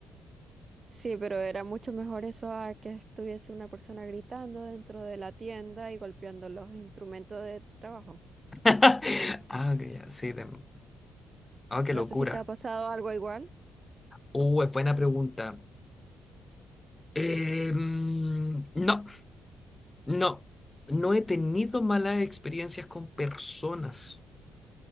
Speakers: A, on the right (about 35°); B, on the left (about 15°).
A: Sí, pero era mucho mejor eso a que estuviese una persona gritando dentro de la tienda y golpeando los instrumentos de trabajo.
B: <laughs> Ah, ok, ya, sí. de- ujú. Ah, qué locura.
A: No sé si te ha pasado algo igual.
B: Uh, es buena pregunta. Eh, mm, no, no. No he tenido malas experiencias con personas.